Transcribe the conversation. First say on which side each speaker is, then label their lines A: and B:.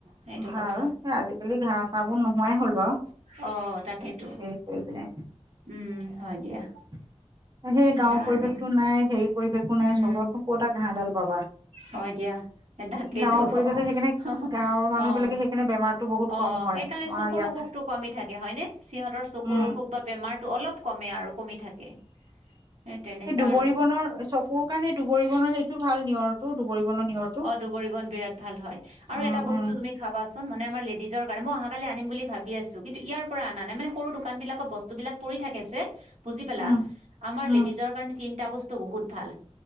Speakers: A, on the right; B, on the right.
A: সেইটো
B: ভাল
A: কথা
B: আজিকালি ঘাঁহ চাহ বোৰ নোহোৱাই হ'ল বাৰু
A: অ তাকেইতো
B: হে কৰি। তাকে
A: উম হয় দিয়া সেয়া
B: গাঁওৰ
A: আৰু
B: পৰিৱেশতটো নাই সেই। পৰিৱেশো নাই
A: উম
B: চহৰতো ক'ত এটা ঘাঁহডাল পাবা।
A: হয় দিয়া এ তাকেইতো
B: গাঁৱৰ
A: অ
B: পৰিৱেশে
A: হু
B: সেইকাৰণে
A: হহু
B: গাঁৱৰ মানুহ
A: অহ
B: বিলাকে সেইকাৰণে বেমাৰটো বহুত
A: অহ
B: কম হয়
A: সেইকাৰণে
B: আমাৰ
A: চকুৰ
B: ইয়াত
A: অসুখতটো কমি থাকে হয় নে সিহঁতৰ চকুৰ
B: উম
A: অসুখ বা বেমাৰ। তো অলপ কমে আৰু কমি থাকে। সেই তেনেকা
B: এই দুবৰি
A: আৰু
B: বনৰ চকুৰ কাৰণে দুবৰি বনৰ সেইটো ভাল নিয়ৰটো দুবৰি বনৰ নিয়ৰটো।
A: অহ দুবৰি বন বিৰাট ভাল হয় আৰু
B: উম
A: এটা বস্তু
B: উম
A: তুমি খাবাচোন মানে আমাৰ লিভা। নিজৰ কাৰণ মই অহাকালি আনিম বুলি ভাবি আছো কিন্তু ইয়াৰ পৰা অনা নাই মানে সৰু দোকান বিলাকত বস্তু বিলাক পৰি থাকে যে। বুজি পালা
B: উম
A: আমাৰ
B: উম
A: লেডিজৰ কাৰণে তিন। এটা বস্তু বহুত ভাল